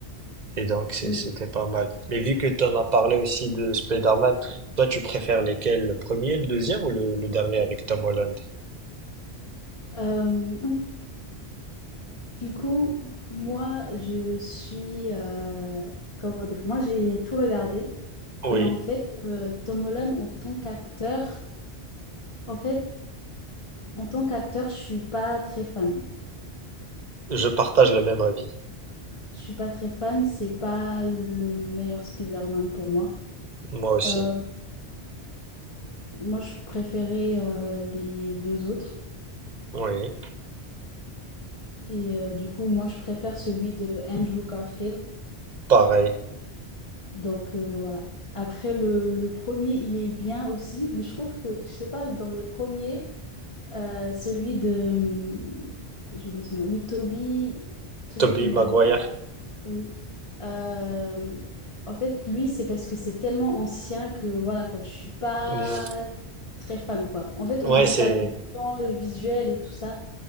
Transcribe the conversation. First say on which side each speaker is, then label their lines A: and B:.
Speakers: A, on the right; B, on the left.
A: et, et donc c'est-
B: oui.
A: c'était pas mal mais vu que tu en as parlé aussi de Spider-Man toi tu préfères lesquels le premier le deuxième ou le, le dernier avec Tom Holland
B: Euh, <laughs> du coup, moi, je suis... euh, comment dire? Moi, j'ai tout regardé.
A: oui
B: Et en fait, euh, Tom Holland, en tant qu'acteur, en fait, En tant qu'acteur, je suis pas très fan.
A: je partage le même avis
B: Je suis pas très fan, c'est pas le meilleur Spider-Man pour moi.
A: moi aussi
B: Euh, moi, je préférais euh, les deux autres.
A: oui
B: Et euh, du coup, moi, je préfère celui de Andrew Garfield.
A: pareil
B: Donc euh, voilà. Après, le, le premier, il est bien aussi, mais je trouve que, je sais pas, dans le premier, euh, celui de... J'ai oublié son nom. Oui, Toby, Toby
A: Tobey
B: Maguire.
A: Maguire
B: Oui. Euh, en fait, lui, c'est parce que c'est tellement ancien que voilà quoi, je suis pas
A: Mm.
B: très fan quoi. En fait,
A: ouais
B: au niveau
A: c'est
B: de la production, le visuel et tout ça,